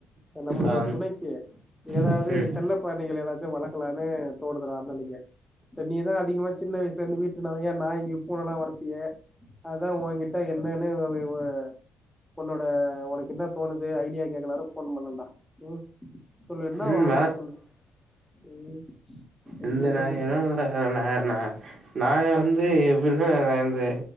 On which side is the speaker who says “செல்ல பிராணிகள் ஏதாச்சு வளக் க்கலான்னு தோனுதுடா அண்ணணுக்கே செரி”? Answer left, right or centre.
Centre